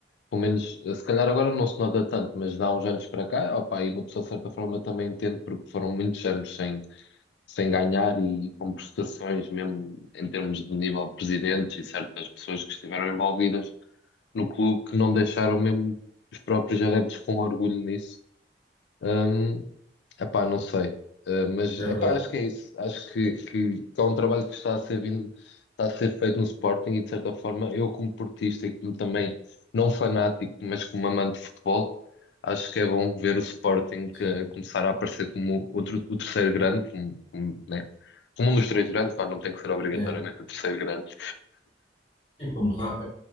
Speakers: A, on the left; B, on the left.
A: Pelo menos, eh, se calhar agora não se nota tanto, mas dá uns anos para cá, opá, e uma pessoa de certa forma também entende, porque foram muitos anos sem, sem ganhar e, com prestações, mesmo em termos de nível de presidentes e certas pessoas que estiveram envolvidas no clube, que não deixaram mesmo os próprios adeptos com orgulho nisso. Hum, epá, não sei. Uh, mas
B: é
A: epá,
B: verdade.
A: acho que é isso. Acho que, que, que há um trabalho que está a ser vindo, está a ser feito no Sporting e de certa forma eu como portista e como também não fanático, mas como amante de futebol, acho que é bom ver o Sporting que-
B: Sim,
A: começar a aparecer como outro, o terceiro grande, como, como, né? Como um dos três grandes, pá, não tem que ser obrigatoriamente
B: é.
A: o terceiro grande.
B: E como ra-